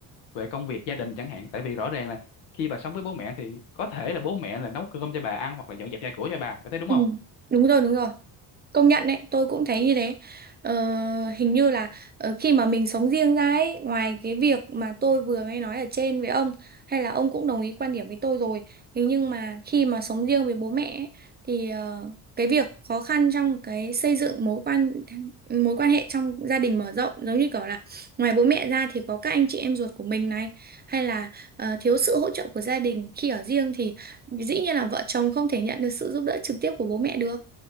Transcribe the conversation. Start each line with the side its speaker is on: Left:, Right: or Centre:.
Left: về công việc gia đình chẳng hạn tại vì rõ ràng là khi bà sống với bố mẹ thì có thể là bố mẹ là nấu cơm cho bà ăn hoặc là dọn dẹp nhà cửa cho bà bà thấy đúng
Right: ừ
Left: không
Right: đúng rồi đúng rồi Công nhận đấy, tôi cũng thấy như thế. Ờ, hình như là ờ, khi mà mình sống riêng ra ấy, ngoài cái việc mà tôi vừa mới nói ở trên với ông, hay là ông cũng đồng ý quan điểm với tôi rồi. Thế nhưng mà khi mà sống riêng với bố mẹ ấy, thì ờ, cái việc khó khăn trong cái xây dựng mối quan mối quan hệ trong gia đình mở rộng giống như kiểu là ngoài bố mẹ ra thì có các anh chị em ruột của mình này, hay là ờ, thiếu sự hỗ trợ của gia đình khi ở riêng thì dĩ nhiên là vợ chồng không thể nhận được sự giúp đỡ trực tiếp của bố mẹ được.